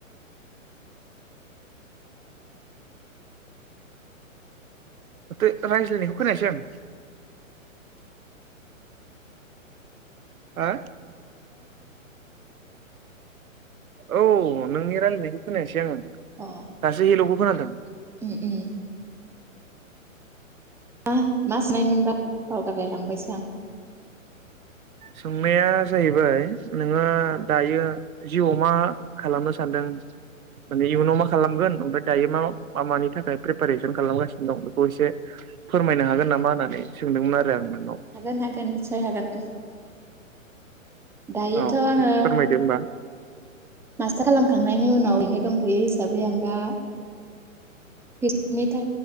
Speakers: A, on the right (about 85°); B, in the centre.
A: ओमफ्राय रायज्लायनायखौ खोनायासै आं हा औ नोंनि रायलायनायखौ खोनायासै आङो।
B: अ
A: दासो हेलौखौ खोनादों
B: उम उम मा मा सोंनायमोनबा बावगारलाय लांबायसो आं।
A: सोंनाया जाहैबाय नोङो दायो जिउआव मा खालामनो सानदों माने इयुनाव मा खालामगोन ओमफ्राय दायो मा मा मानि थाखाय प्रिपेरेसन खालामगासिनो दं बेखौ एसे फोरमायनो हागोन नामा होननानै सोंदोंमोन आरो आं नोंनाव
B: हागोन हागोन निस्सय हागोन। दायोथ'
A: औ
B: आङो
A: दे फोरमायदो होमबा
B: मास्टार खालामखांनायनि उनाव इदि दंथ'यो हिसाबै आं दा। <unintelligible>